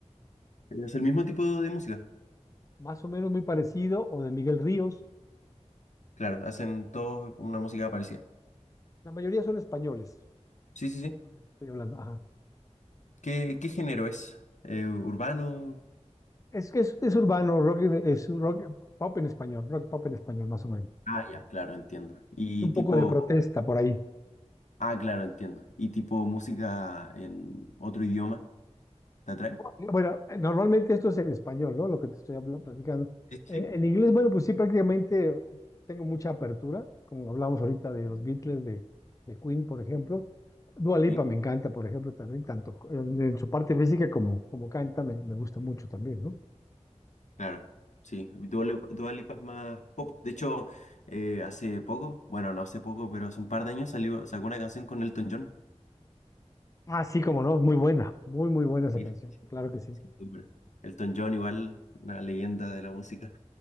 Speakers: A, on the left; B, on the left.
A: Es el mismo tipo de música.
B: más o menos muy parecido, o de Miguel Ríos,
A: Claro, hacen todos una música parecida.
B: la mayoría son españoles,
A: Sí, sí, sí.
B: los que te estoy hablando, ajá.
A: ¿Qué, qué género es? Eh, ¿urbano?
B: Es que es, es urbano, rock, en- es rock, pop en español, rock pop en español, más o menos.
A: Ah, ya, claro, entiendo. Y
B: Y un
A: tipo,
B: poco de protesta por ahí.
A: ah, claro, entiendo. Y tipo música en otro idioma, ¿te atrae?
B: Bueno, normalmente esto es en español, ¿no? Lo que te estoy hablando, platicando.
A: Sí, sí,
B: Eh, en inglés, bueno, pues sí, prácticamente tengo mucha apertura, como hablamos ahorita de los Beatles, de, de Queen, por ejemplo. Dua Lipa
A: sí,
B: me encanta, por ejemplo, también, tanto en, en su parte física como, como canta, me, me gusta mucho también, ¿no?
A: claro. Sí, Dua Lip- Dua Lipa es más pop. De hecho, eh, hace poco, bueno, no hace poco, pero hace un par de años salió, sacó una canción con Elton John.
B: Ah, sí, como no, es muy buena, muy, muy buena esa
A: Sí,
B: canción, claro que sí.
A: sí, súper. Elton John, igual, una leyenda de la música.